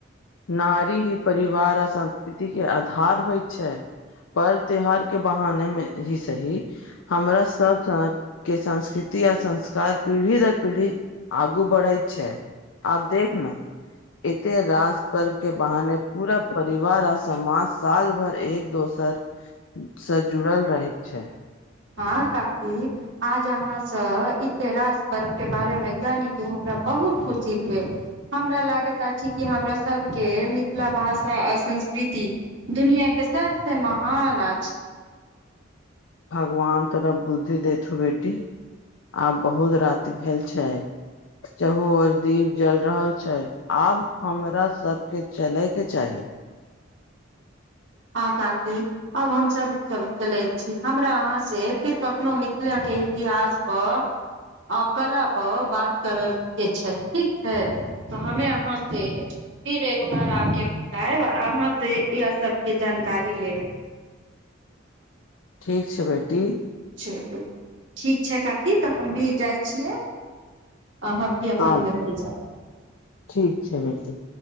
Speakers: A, on the left; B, on the right.
A: नारी ही परिवार आ संस्कृति के आधार होइ छै पर त्यौहार के बहाने मे ही सही। हमरा सब सनके संस्कृति आ संस्कार पीढ़ी दर पीढ़ी आगू बढ़ैइत छै आ एते रास पर्व के बहाने पूरा परिवार आ समाज साल भर एक दोसर से जुड़ल रहैत छै।
B: हाँ काकी आज अहाँसँ इतिेरास पर्व के बारेमे जानी के हमरा बहुत खुशी भेल। हमरा लागैत छै, कि हमरा सबके मिथिला भाषा आ संस्कृति दुनिया के सबस महान अछि।
A: भगवान तोरह बुद्धि देथु बेटी, आब बहुत राति भेल छै। चाहू आर दीप जल रहल छै, आब हमरा सबके चले के चाही।
B: हँ काकी। आब हमसभ चल चलैत छी, हमरा अहाँसँ फेर कखनोहु मिथिलाके इतिहासपर आ कला पर बात करय के छै, ठीक छै? तऽ हमे अहाँ से फिर एक बार आके भेटाएब, और अहां से यह सब के जानकारी लेब।
A: ठीक छै बेटी।
B: चलू, ठीक छै काकी तऽ हम भी जाइ छियै, अहाँ अपन
A: हँ
B: घर जाउ
A: ठीक छै बेटी।